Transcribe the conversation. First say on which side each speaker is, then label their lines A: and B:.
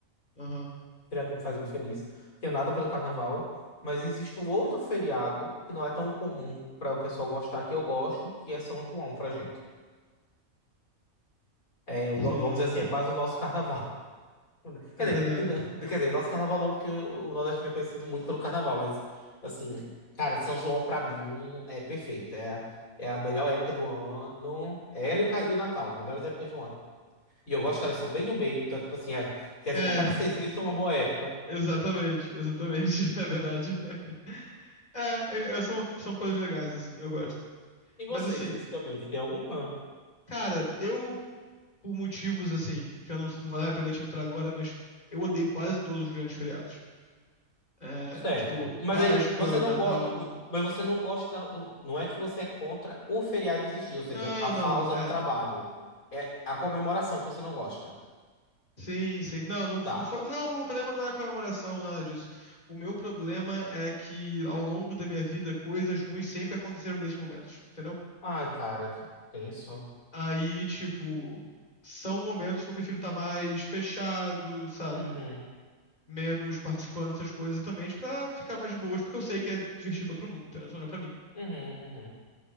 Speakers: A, on the left; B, on the left.
A: Aham.
B: feriado que me faz muito feliz, que é nada pelo Carnaval, mas existe um outro feriado que não é tão comum para o pessoal gostar que eu gosto, que é São João pra gente. É, o
A: Sim,
B: no- vamos dizer assim,
A: sim.
B: é quase o nosso Carnaval. <laughs>
A: É
B: Quer dizer,
A: verdade.
B: e não- quer dizer, nosso Carnaval não, porque o Nordeste também é conhecido muito pelo Carnaval, mas assim, cara, São João pra mim é perfeito, é, a- é a melhor época do ano, é ela e o, ca- e o Natal, as melhores épocas do ano. E eu gosto que elas são bem no meio, então, tipo assim, ah, quer dizer
A: É,
B: que a cada seis meses tem uma boa época.
A: <laughs>
B: <laughs>
A: exatamente, exatamente. <laughs> É verdade. <laughs> É, é, são, são coisas legais, assim, eu gosto.
B: E você,
A: Mas assim,
B: especificamente, tem alguma?
A: Cara, eu, por motivos assim, que eu não, não vale a pena a gente entrar agora, mas tipo, eu odeio quase todos os grandes feriados. É,
B: Certo.
A: tipo,
B: Mas
A: Páscoa,
B: aí, mas você não
A: Natal.
B: gosta, mas você não gosta da, do- não é que você é contra o feriado existir, ou seja,
A: Não,
B: a pausa
A: não, é.
B: no trabalho. É a comemoração que você não gosta.
A: Sim, sim. Não, não,
B: Tá.
A: não foi. Não, o meu problema não é a comemoração, nada disso. O meu problema é que ao longo da minha vida coisas ruins sempre aconteceram nesses momentos, entendeu?
B: Ai, cara, que tenso.
A: Aí, tipo, são momentos que eu prefiro estar mais fechado, sabe?
B: Uhum,
A: menos participando dessas coisas também pra ficar mais de boas, porque eu sei que é divertido pra todo mundo, entendeu? Só não é pra mim.
B: uhum, uhum,